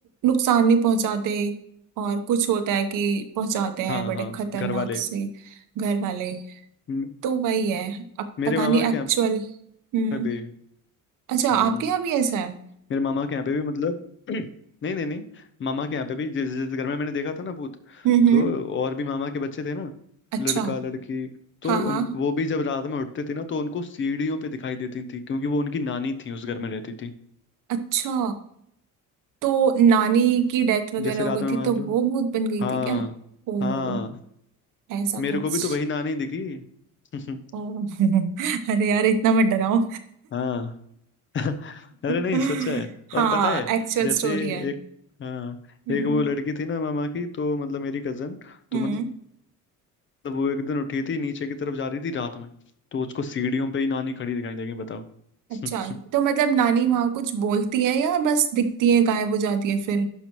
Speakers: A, on the right; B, on the left.
A: नुकसान नहीं पहुंचाते और कुछ होता है कि पहुंचाते हैं
B: हाँ
A: बड़े
B: हाँ
A: खतरनाक
B: घर वाले
A: से घर वाले
B: म-
A: तो वही है अब
B: मेरे
A: पता
B: मामा
A: नहीं
B: के
A: एक्चुअल
B: यहाँ
A: हम्म
B: पे भी
A: अच्छा
B: हम्म
A: आपके यहाँ भी ऐसा है
B: मेरे मामा के यहाँ पे भी मतलब <clears throat> नहीं नहीं नहीं मामा के यहाँ पे भी जिस जिस घर में मैंने देखा था ना भूत
A: हम्म हम्म
B: तो और भी मामा के बच्चे थे ना
A: अच्छा
B: लड़का लड़की तो
A: हाँ हाँ
B: उन वो भी जब रात में उठते थे ना तो उनको सीढ़ियों पे दिखाई देती थी क्योंकि वो उनकी नानी थी उस घर में रहती थी
A: अच्छा तो नानी की डेथ वगैरह
B: जैसे
A: हो
B: रात
A: गई
B: में
A: थी
B: मान
A: तो
B: लो
A: वो भूत बन गई
B: हाँ
A: थी क्या ओ
B: हाँ
A: ऐसा
B: मेरे
A: कुछ
B: को भी तो वही नानी दिखी <laughs>
A: ओ <laughs> अरे यार इतना मत डराओ
B: हाँ <laughs> अरे नहीं
A: <laughs>
B: सच है और
A: हाँ
B: पता है
A: एक्चुअल
B: जैसे
A: स्टोरी है
B: एक हाँ
A: हम्म
B: एक वो लड़की थी ना मामा की तो मतलब मेरी कजन तो
A: हम्म
B: मतलब मतलब वो एक दिन उठी थी नीचे की तरफ जा रही थी रात में तो उसको सीढ़ियों पे ही नानी खड़ी दिखाई देगी बताओ
A: अच्छा
B: <laughs>
A: तो मतलब नानी वहां कुछ बोलती है या बस दिखती है गायब हो जाती है फिर